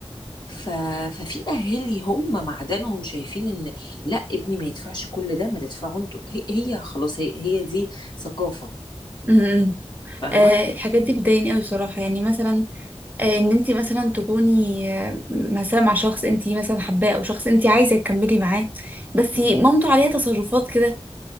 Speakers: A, on the left; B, on the right.
A: ف... ففي اهالي هم معدنهم شايفين ان لا ابني ما يدفعش كل ده ما تدفعوا انتوا هي, هي خلاص هي, هي دي ثقافه
B: امم
A: فاهمه
B: آه، الحاجات دي بتضايقني قوي بصراحة يعني مثلا آه، ان انت مثلا تكوني آه، مثلا مع شخص انت مثلا حباه او شخص انت عايزه تكملي معاه بس
A: مم.
B: مامته عليها تصرفات كده